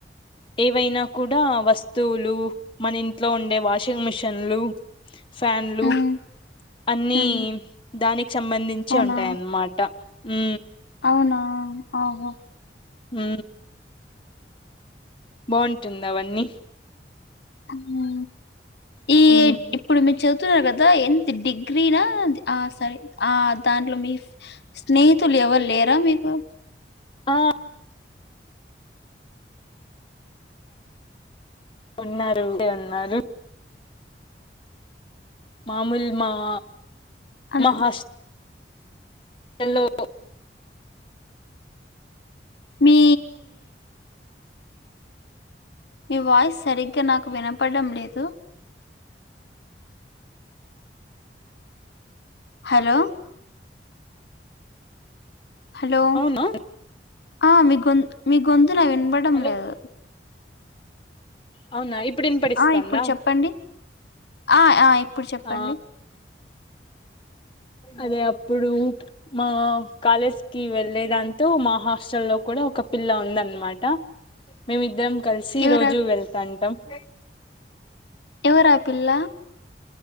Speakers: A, on the left; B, on the left.
A: ఏవైనా కూడా వస్తువులు మన ఇంట్లో ఉండే వాషింగ్ మిషన్లు ఫ్యాన్లు
B: ఉమ్
A: అన్ని
B: ఉహు
A: దానికి సంబంధించి
B: అవునా
A: ఉంటాయన్నమాట ఉ
B: అవునా ఆహో
A: హ బావుంటుందా అవన్నీ
B: హ ఈ
A: ఉమ్
B: ఇప్పుడుమిచ్చ చదువుతురు కదా ఎంత డిగ్రీనా ఆ సరే ఆ దాంట్లో మీ స్నేహితులు ఎవరు లేరా మీకు
A: ఆ ఉన్నారు అండి ఉన్నారు మామూలు మావ
B: అన్
A: మహాస్ హలో
B: మీ మీ వాయిస్ సరిగ్గా నాకు వినపడడం లేదు హలో హలో
A: అవునా
B: ఆ మీగొంతు మీగొంతు వినబడం
A: హలో
B: లేదు
A: అవునా ఇప్పుడు వినపడిస్తాందా
B: ఆ ఇప్పుడు చెప్పండి ఆ ఆ ఇప్పుడు చెప్పండి
A: ఆ అదే అప్పుడు మా కాలేజ్ కి వెళ్ళే దాంతో మా హాస్ట లో కూడా ఒక పిల్ల ఉందనమాట మేమిద్దరం కలిసి
B: ఎవరా
A: రోజు వెళ్తాంటం అ
B: ఎవరా పిల్ల